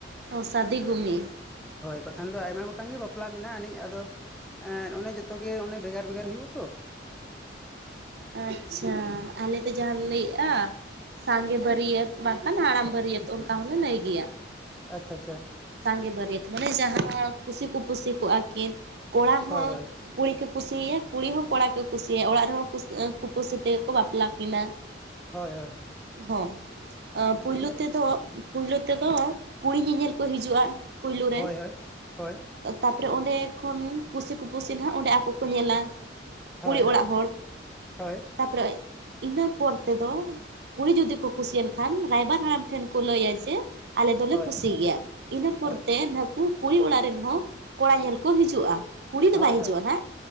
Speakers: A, on the right; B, in the centre.
A: ᱚ ᱥᱟᱫᱤ ᱜᱩᱢᱤ
B: ᱦᱳᱭ ᱵᱟᱠᱷᱟᱱ ᱫᱚ ᱟᱭᱢᱟ ᱜᱚᱴᱟᱝ ᱜᱮ ᱵᱟᱯᱞᱟ ᱢᱮᱱᱟᱜ ᱟᱹᱱᱤᱡ ᱟᱫᱚ ᱮᱸ ᱚᱱᱮ ᱡᱚᱛᱚ ᱜᱮ ᱚᱱᱮ ᱵᱷᱮᱜᱟᱨ ᱵᱷᱮᱜᱟᱨ ᱦᱩᱭᱩᱜᱼᱟ ᱛᱚ
A: ᱟᱪᱪᱷᱟ ᱟᱞᱮ ᱛᱚ ᱡᱟᱦᱟᱸ ᱞᱮ ᱞᱟᱹᱭᱮᱜᱼᱟ ᱥᱟᱸᱜᱮ ᱵᱟᱨᱤᱭᱟᱹᱛ ᱵᱟᱝᱠᱷᱟᱱ ᱦᱟᱲᱟᱢ ᱵᱟᱨᱤᱭᱟᱹᱛ ᱚᱱᱠᱟ ᱦᱚᱸᱞᱮ ᱱᱟᱹᱭ ᱜᱮᱭᱟ ᱾
B: ᱟᱪᱪᱷᱟ ᱟᱪᱪᱷᱟ ᱾
A: ᱥᱟᱸᱜᱮ ᱵᱟᱹᱨᱭᱟᱹᱛ ᱢᱟᱱᱮ ᱡᱟᱦᱟᱸ ᱠᱩᱥᱤ ᱯᱩᱯᱩᱥᱤ ᱛᱚᱜᱼᱟᱠᱤᱱ ᱠᱚᱲᱟ ᱦᱚᱸ
B: ᱦᱳᱭ ᱦᱳᱭ
A: ᱠᱩᱲᱤ ᱠᱩ ᱠᱩᱥᱤ ᱟᱭᱟ ᱠᱩᱲᱤ ᱦᱚᱸ ᱠᱚᱲᱟ ᱠᱚ ᱠᱩᱥᱤ ᱟᱭᱟ ᱚᱲᱟᱜ ᱨᱮᱦᱚᱸ ᱠᱩᱥ ᱠᱩᱯᱟᱹᱥᱤ ᱛᱮᱜᱮ ᱠᱚ ᱵᱟᱯᱞᱟ ᱠᱤᱱᱟ᱾
B: ᱦᱳᱭ
A: <inaudible>
B: ᱦᱳᱭ
A: ᱦᱚᱸ ᱟᱸ
B: ᱟᱫᱚ
A: ᱯᱩᱭᱞᱩ
B: ᱚᱱᱟ ᱪᱤᱠᱟᱹ
A: ᱛᱮᱫᱚ ᱯᱩᱭᱞᱩ ᱛᱮᱫᱚ ᱠᱩᱲᱤ ᱧᱮᱧᱮᱞ ᱠᱚ ᱦᱤᱡᱩᱜᱼᱟ ᱯᱩᱭᱞᱩ
B: ᱦᱳᱭ
A: ᱨᱮ
B: ᱦᱳᱭ ᱦᱳᱭ
A: ᱛᱟᱯᱚᱨᱮ ᱚᱸᱰᱮ ᱠᱷᱚᱱ ᱯᱩᱥᱤ ᱠᱩᱯᱩᱥᱤ ᱱᱟᱦᱟᱸᱜ ᱚᱸᱰᱮ ᱟᱠᱚ ᱠᱚ ᱧᱮᱞᱟ
B: ᱦᱳᱭ
A: ᱠᱩᱲᱤ
B: ᱦᱳᱭ
A: ᱚᱲᱟᱜ ᱦᱚᱲ
B: ᱦᱳᱭ
A: ᱛᱟᱯᱚᱨᱮ ᱤᱱᱟᱹ ᱯᱚᱨ ᱛᱮᱫᱚ ᱠᱩᱲᱤ ᱡᱩᱫᱤ ᱠᱚ ᱠᱩᱥᱤᱭᱮᱱ ᱠᱷᱟᱱ ᱨᱟᱭᱵᱟᱨ ᱦᱟᱲᱟᱢ ᱴᱷᱮᱱ ᱠᱚ ᱞᱟᱹᱭᱟ ᱡᱮ ᱟᱞᱮ ᱫᱚᱞᱮ
B: ᱦᱳᱭ
A: ᱠᱩᱥᱤ
B: ᱦᱳᱭ
A: ᱜᱮᱭᱟ ᱤᱱᱟᱹ ᱯᱚᱨᱛᱮ
B: ᱦᱳᱭ
A: ᱱᱟᱦᱠᱩ ᱠᱩᱲᱤ ᱚᱲᱟᱜ ᱨᱮᱱ ᱦᱚᱸ ᱠᱚᱲᱟ ᱧᱮᱞ ᱠᱚ ᱦᱤᱡᱩᱜᱼᱟ ᱠᱩᱲᱤ ᱫᱚ
B: ᱦᱳᱭ
A: ᱵᱟᱭ ᱦᱤᱡᱩᱜᱼᱟ
B: ᱦᱳᱭ
A: ᱱᱟᱦᱟᱸᱜ